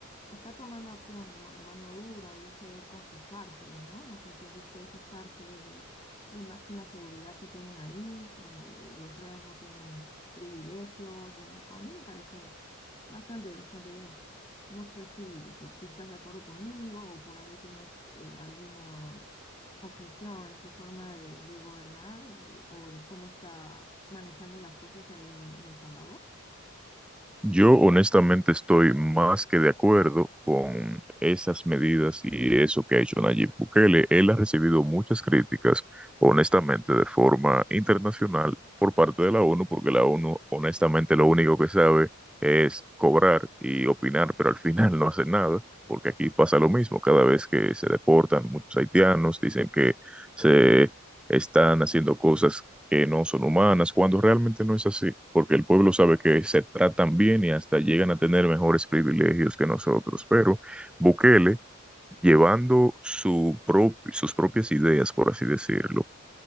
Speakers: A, on the left; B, in the centre.
A: está tomando acción ma- mano dura, ya se ve con sus cárceles, ¿no? No sé si has visto esas cárceles de, de máxima seguridad que tienen ahí, donde los reos no tienen privilegios. Me- A mí me parece Bastante, bastante bien. No sé si, si tú estás de acuerdo conmigo o por ahí tienes eh, alguna objeción en su forma de, de gobernar de- o de cómo está manejando las cosas ahí en El Salvador.
B: Yo honestamente estoy más que de acuerdo con esas medidas y eso que ha hecho Nayib Bukele. Él ha recibido muchas críticas, honestamente, de forma internacional por parte de la ONU, porque la ONU honestamente lo único que sabe es cobrar y opinar, pero al final no hace nada, porque aquí pasa lo mismo. Cada vez que se deportan muchos haitianos, dicen que se están haciendo cosas que no son humanas, cuando realmente no es así, porque el pueblo sabe que se tratan bien y hasta llegan a tener mejores privilegios que nosotros. Pero Bukele, llevando su prop- sus propias ideas, por así decirlo,